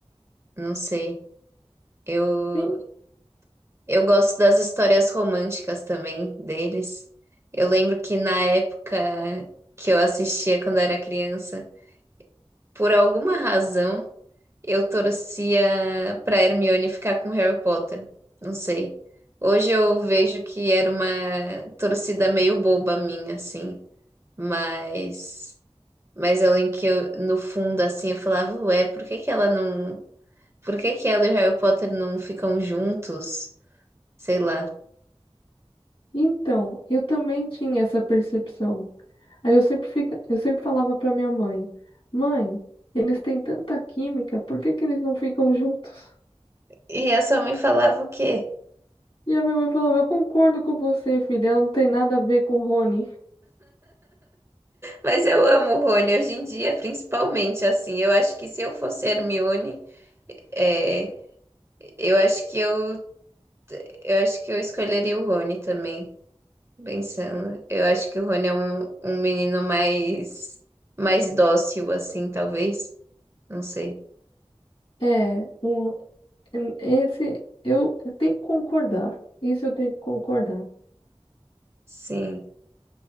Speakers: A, on the right; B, on the left.
A: Não sei. Eu
B: Sim,
A: eu gosto das histórias românticas também deles. Eu lembro que na época que eu assistia quando era criança, Por alguma razão, eu torcia pra Hermione ficar com Harry Potter. Não sei. Hoje eu vejo que era uma torcida meio boba minha, assim. Mas, mas eu lembro que eu, no fundo, assim, eu falava, ué, por que que ela não. Por que que ela e o Harry Potter não ficam juntos? Sei lá.
B: então, eu também tinha essa percepção. Aí eu sempre fica, eu sempre falava para minha mãe: "Mãe, eles têm tanta química, por que que eles não ficam juntos?"
A: E a sua mãe falava o quê?
B: E a minha mãe falava: "Eu concordo com você, filha, ela não tem nada a ver com o Rony."
A: Mas eu amo o Rony hoje em dia, principalmente, assim. Eu acho que se eu fosse Hermione, é, eu acho que eu Eu acho que eu escolheria o Rony também, pensando. Eu acho que o Rony é um, um menino mais, mais dócil, assim, talvez. Não sei.
B: É, um, esse eu eu tenho que concordar. Isso eu tenho que concordar.
A: Sim.